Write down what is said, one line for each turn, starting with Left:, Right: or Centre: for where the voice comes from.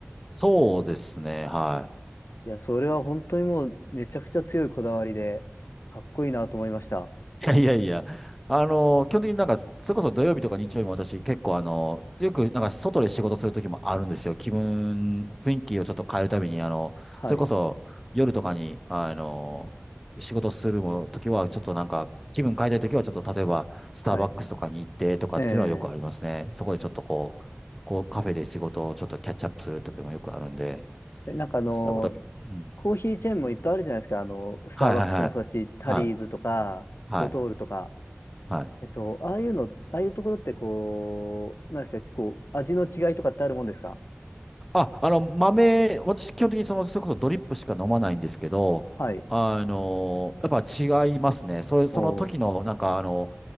Centre: そうですね、
Left: うんいや
Centre: はい。
Left: いや、それは本当にもうめちゃくちゃ強いこだわりで、かっこいいなと思いました。
Centre: いやいや <laughs> いや、<laughs> あの、基本的になんか、それこそ土曜日とか日曜日も私結構あの、よくなんか外で仕事する時もあるんですよ。気分、雰囲気をちょっと変えるために、あの、
Left: はい。
Centre: それこそ夜とかに、あの、仕事するも時はちょっとなんか、気分変えたい時はちょっと例えば、スターバックスとかに行ってとかっていうのはよくありますね。
Left: はい。ええ
Centre: そこでちょっとこう、こうカフェで仕事をちょっとキャッチアップする時もよくあるんで、
Left: えなんかあの、
Centre: そういうこと、うん。
Left: コーヒーチェーンもいっぱいあるじゃないですか。あの、スターバックスもそうだし、
Centre: はいはいはい。
Left: タリーズとか、
Centre: はい。はい。
Left: ドトールとか。
Centre: はい
Left: えっと、ああいうの、ああいうところってこう、なんですか、結構味の違いとかってあるもんですか
Centre: あ、あの、豆、私、基本的にその、それこそドリップしか飲まないんですけど、
Left: はい。
Centre: あの、やっぱ違いますね。それ、その時の、
Left: おー、
Centre: なんか、あの、